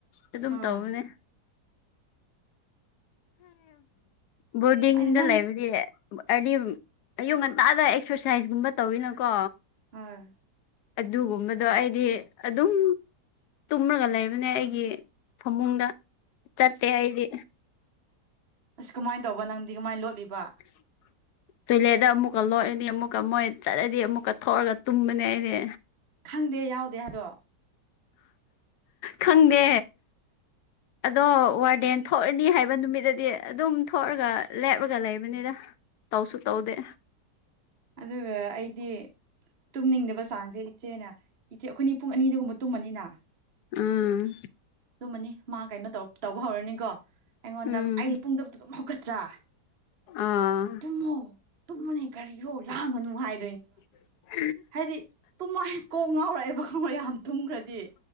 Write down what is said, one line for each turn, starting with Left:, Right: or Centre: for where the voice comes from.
Left: ꯑꯗꯨꯝ
Right: ꯍꯣꯏ
Left: ꯇꯧꯕꯅꯦ ꯕꯣꯔꯗꯤꯡꯗ
Right: ꯑꯩꯅ ꯅꯪ
Left: ꯂꯩꯕꯗꯤ ꯍꯥꯏꯗꯤ ꯑꯌꯨꯛ ꯉꯟꯇꯥꯗ ꯑꯦꯛꯁꯔꯁꯥꯏꯁꯀꯨꯝꯕ ꯇꯧꯋꯤꯅꯀꯣ
Right: ꯑꯥꯔ
Left: ꯑꯗꯨꯒꯨꯝꯕꯗꯣ ꯑꯩꯗꯤꯗꯤ ꯑꯗꯨꯝ ꯇꯨꯝꯔꯒ ꯂꯩꯕꯅꯦ ꯑꯩꯒꯤ ꯐꯃꯨꯡꯗ ꯆꯠꯇꯦ ꯑꯩꯗꯤ
Right: ꯑꯁ ꯀꯃꯥꯏꯅ ꯇꯧꯕ ꯅꯪꯗꯤ ꯀꯃꯥꯏꯅ ꯂꯣꯠꯂꯤꯕ
Left: <unintelligible> ꯇꯣꯏꯂꯦꯠꯇ ꯑꯃꯨꯛꯀ ꯂꯣꯏꯔꯅꯤ ꯑꯃꯨꯛꯀ ꯃꯣꯏ ꯆꯠꯂꯗꯤ ꯑꯃꯨꯛꯀ ꯊꯣꯛꯑꯒ ꯇꯨꯝꯕꯅꯦ ꯑꯩꯗꯤ
Right: ꯈꯪꯗꯦ ꯌꯥꯎꯗꯦ ꯍꯥꯏꯗꯣ
Left: ꯈꯪꯗꯦ ꯑꯗꯣ ꯋꯥꯔꯗꯦꯟ ꯊꯣꯛꯑꯅꯤ ꯍꯥꯏꯕ ꯅꯨꯃꯤꯠꯇꯗꯤ ꯑꯗꯨꯝ ꯊꯣꯛꯑꯒ ꯂꯦꯞꯔꯒ ꯂꯩꯕꯅꯤꯗ ꯇꯧꯁꯨ ꯇꯧꯗꯦ
Right: ꯑꯗꯨꯒ ꯑꯩꯗꯤ ꯇꯨꯝꯅꯤꯡꯗꯕ ꯆꯥꯡꯁꯦ ꯏꯆꯦꯅ ꯏꯆꯦ ꯑꯩꯈꯣꯏꯅꯤ ꯄꯨꯡ ꯑꯅꯤꯗꯒꯨꯝꯕ ꯇꯨꯝꯃꯅꯤꯅ
Left: ꯎꯝ
Right: ꯇꯨꯝꯃꯅꯤ ꯃꯥ ꯀꯩꯅꯣ ꯇꯧ ꯇꯧꯕ ꯍꯧꯔꯅꯤꯀꯣ ꯑꯩꯉꯣꯟꯗ
Left: ꯎꯝ
Right: ꯑꯩꯗꯤ ꯄꯨꯡ ꯇꯔꯨꯛꯇ ꯑꯗꯨꯝ ꯍꯧꯒꯠꯇ꯭ꯔꯥ
Left: ꯑꯥ
Right: ꯇꯨꯝꯃꯣ ꯇꯨꯝꯃꯣꯅꯦ ꯀꯔꯤꯔꯣ ꯂꯥꯡꯒꯅꯨ ꯍꯥꯏ
Left: <inaudible>
Right: ꯍꯥꯏꯗꯤ ꯇꯨꯝꯃꯥꯏ ꯀꯣꯛ ꯉꯥꯎꯔꯛꯑꯦꯕ ꯈꯪꯉꯕ ꯌꯥꯝ ꯊꯨꯝꯈ꯭ꯔꯗꯤ